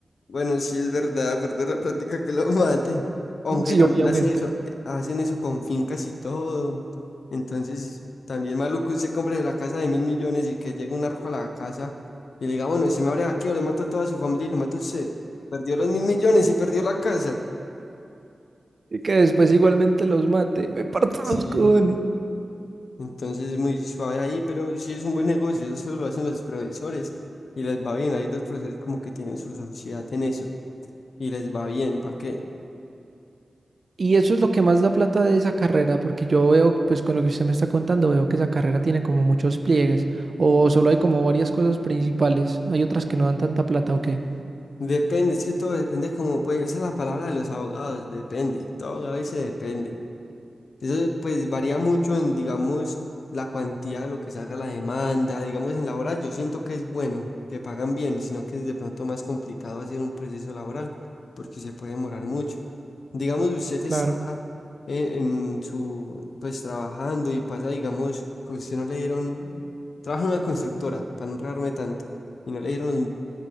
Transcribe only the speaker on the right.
Sí,
obviamente.
Y que después igualmente los mate, me parto
los cojones.
Y eso es lo que más da plata de esa carrera, porque yo veo, pues con lo que usted me está contando, veo que esa carrera tiene como muchos pliegues, o solo hay como varias cosas principales, hay otras que no dan tanta plata, ¿o qué?
Claro.